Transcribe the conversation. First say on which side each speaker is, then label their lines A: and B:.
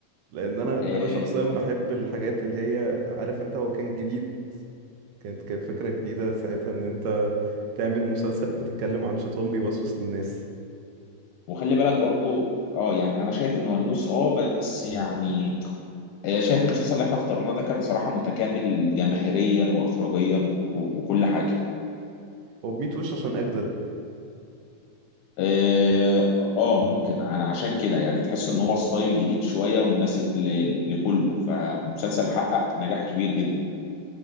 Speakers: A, on the right; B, on the left.
A: لان انا
B: آه
A: انا شخصيا بحب الحاجات اللي هي عارف انت هو كان جديد كانت كانت فكرة جديدة ساعتها ان انت تعمل مسلسل بتتكلم عن شيطان بيوسوس للناس
B: وخلي بالك برضه اه يعني انا شايف ان ونوس اه بس يعني آه، شايف المسلسل اللي احنا اخترناه ده كان صراحة متكامل جماهيريا واخراجيا و- وكل حاجة
A: وبميت وش عشان اجدد
B: اه آه، ممكن انا عشان كده يعني تحس ان هو ستايل جديد شويه ومناسب ل- لكله فمسلسل حقق نجاح كبير جدا